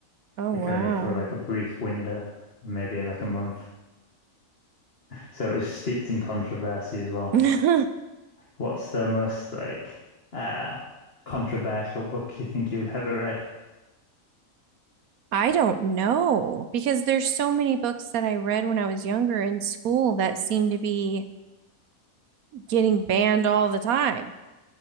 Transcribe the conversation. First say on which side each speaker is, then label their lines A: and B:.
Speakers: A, on the right; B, on the left.
A: oh
B: like
A: wow.
B: only for like a brief window, of maybe like a month. So it was steeped in controversy as well.
A: <laughs>
B: What's the most like uh controversial book you think you've ever read?
A: I don't know because there's so many books that I read when I was younger in school that seem to be getting banned all the time.